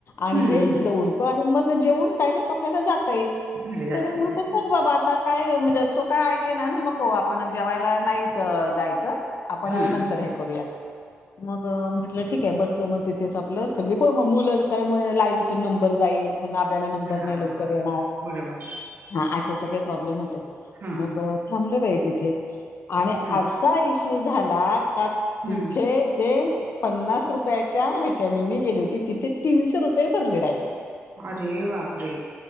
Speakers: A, on the left; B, on the right.
A: आणि
B: हं,
A: हे
B: हं.
A: इथलं उरकू. आणि मग जेवून. डायरेक्ट आपल्याला जाता येईल.
B: घरी जाता
A: तर म्हटल
B: येईल.
A: चल बाबा आता. काय म्हणजे तो काय ऐके ना. नको. आपण जेवायला नाहीच जायचं. आपण
B: हं,
A: नंतर
B: हं.
A: हे करूया. मग म्हटलं ठीके. बसलो मग तिथेच आपलं. सगळी हो मग मुलं कारण लाईनितून नंबर जाईल पुन्हा आपल्याला नंबर
B: हां.
A: नाही लवकर येणार.
B: बरोबर.
A: हा असे सगळे प्रॉब्लेम होते.
B: हां.
A: मग थांबलं बाई तिथे आणि
B: हं,
A: आ का इश्यू झाला का
B: हं.
A: तिथे ते पन्नास रुपयाच्या ह्याच्याने मी गेली होती तिथे तीनशे रुपये भरले डायरेक्ट.
B: अरे बापरे!